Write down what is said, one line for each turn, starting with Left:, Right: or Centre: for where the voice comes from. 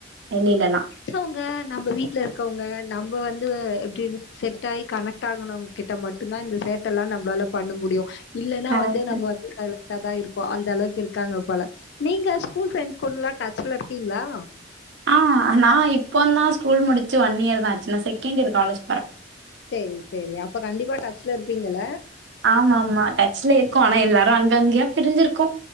Right: வெளில்லா
Left: த்தவங்க நம்ப வீட்ல இருக்கவங்க நம்ப வந்து அ எப்டி செட் ஆயி கனெக்ட் ணும் கிட்ட மட்டுதா இந்த சேட்டலா நம்ளால பண்ண முடியு இல்லனா
Right: கரெக்ட்டு.
Left: வந்து நம்ம வந்து கல கதா இருப்பா அந்த அளவுக்கு இருக்காங்க போல நீங்க ஸ்கூல் ஃப்ண்ட்ஸ் கூடலா டச் ல இருக்கீங்களா
Right: ஆ நா இப்போ தா ஸ்கூல் முடிச்சு ஒன் இயர் தா ஆச்சு நா செகண்ட் இயர் காலேஜ் போற
Left: செரி சேரி அப்ப கண்டிப்பா டச்ல இருப்பீங்கள
Right: ஆமாமா டச்ல இருக்கோ ஆனா எல்லாரு அங்க அங்கயா பிரிஞ்சிருக்கோ